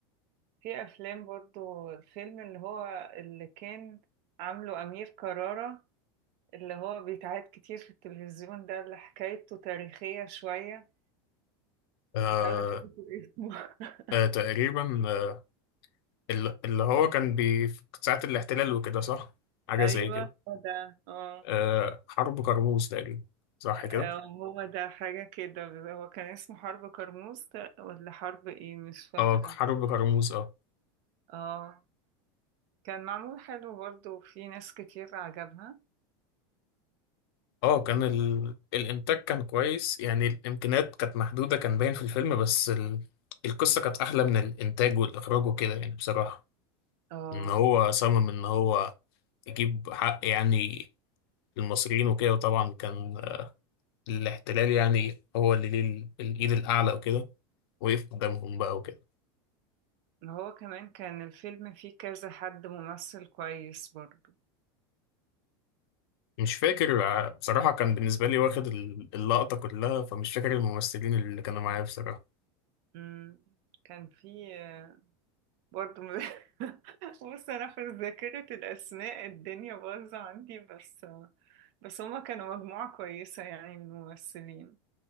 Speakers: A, on the right; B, on the left.
A: في افلام برضو الفيلم اللي هو اللي كان عامله امير كرارة اللي هو بيتعاد كتير في التلفزيون ده اللي حكايته تاريخية شوية
B: آه،
A: بحاول افتكر اسمه <laughs>
B: آه تقريبا آه، ال- اللي هو كان بي في ساعة الاحتلال وكده صح؟ حاجة
A: ايوه
B: زي كده
A: هو ده اه
B: آه حرب كرموز تقريبا صح
A: آه،
B: كده؟
A: هو ده حاجة كده هو كان اسمه حرب كرموز ده ولا حرب ايه مش فاكرة
B: اه حرب كرموز اه
A: اه كان معمول حلو برضو في ناس كتير عجبها
B: اه كان ال... الإنتاج كان كويس يعني الإمكانيات كانت محدودة كان باين في الفيلم بس ال... القصة كانت أحلى من الإنتاج والإخراج وكده يعني بصراحة
A: اه
B: إن هو صمم إن هو يجيب حق يعني المصريين وكده وطبعا كان آه، الاحتلال يعني هو اللي ليه ال- الإيد الأعلى وكده وقف قدامهم بقى وكده
A: هو كمان كان الفيلم فيه كذا حد ممثل كويس برضو
B: مش فاكر ع- بصراحة كان بالنسبة لي واخد ال- اللقطة كلها فمش فاكر الممثلين اللي كانوا معايا بصراحة
A: مم. كان فيه آه، برضو م- <laughs> بص انا في ذاكرة الاسماء الدنيا باظة عندي بس آه، بس هما كانوا مجموعة كويسة يعني من الممثلين